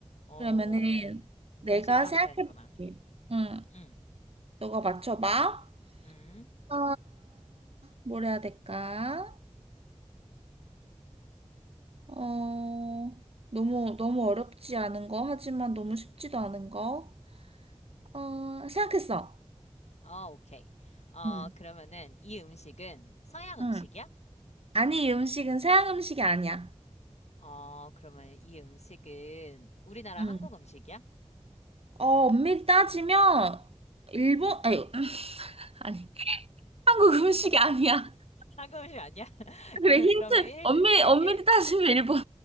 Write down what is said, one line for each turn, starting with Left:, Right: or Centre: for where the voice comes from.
Left: 어,
Right: 그러면은 내가
Left: 이런 식으로 하면
Right: 생각해볼게.
Left: 되는구나.
Right: 응,
Left: 응,
Right: 너가 맞춰봐.
Left: 응.
Right: 어, 뭘 해야 될까? 어, 너무, 너무 어렵지 않은 거, 하지만 너무 쉽지도 않은 거. 어, 생각했어.
Left: 어, 오케이. 어,
Right: 응,
Left: 그러면은 이 음식은 서양 음식이야?
Right: 응, 아니, 이 음식은 서양 음식이 아니야.
Left: 어, 그러면 이 음식은 우리나라
Right: 응.
Left: 한국 음식이야?
Right: 어, 엄밀히 따지면, 일본, 아니, <laughs> 아니, 한국 음식이
Left: <laughs>
Right: 아니야. <laughs>
Left: 한국 음식 아니야? <laughs>
Right: 그래, 힌트.
Left: 그러면 일,
Right: 엄밀히, 엄밀히
Left: 일,
Right: 따지면 일본.